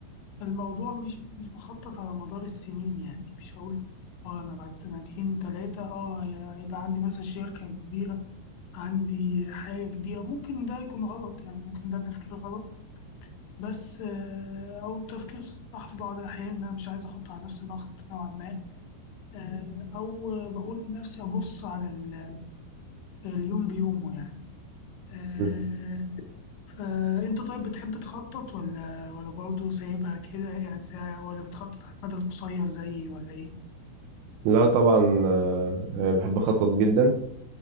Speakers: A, on the left (about 80°); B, on the right (about 85°).
A: الموضوع مش مش بخطط على مدار السنين يعني مش هقول اه انا بعد سنتين تلاتة اه هي- هيبقى عندي مثلا شركة كبيرة عندي حاجة كبيرة ممكن ده يكون غلط يعني ممكن ده تفكير غلط بس آه، أو تفكير صح في بعض الأحيان إن أنا مش عايز أحط على نفسي ضغط نوعا ما آه، أو بقول لنفسي أبص على ال- اليوم بيومه يعني آه،
B: مم.
A: آه، انت طيب بتحب تخطط ولا ولا برضه سايبها كده يعني سا- ولا بتخطط على المدى القصير زيي ولا ايه؟
B: لا طبعا آه، بحب اخطط جدا